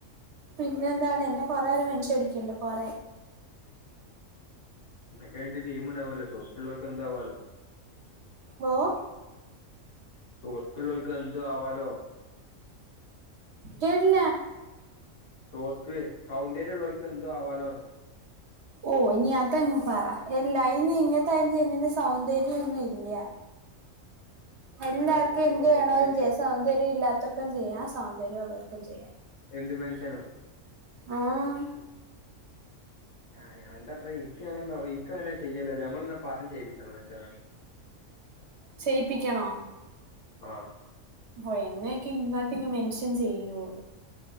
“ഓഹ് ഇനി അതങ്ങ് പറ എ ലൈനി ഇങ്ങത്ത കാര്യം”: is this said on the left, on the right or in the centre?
Right